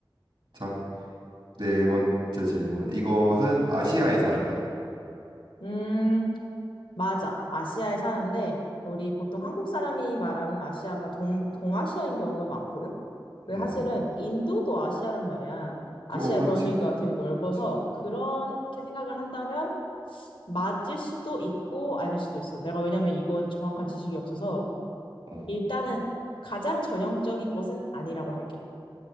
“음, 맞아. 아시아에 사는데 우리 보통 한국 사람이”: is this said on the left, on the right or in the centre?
Left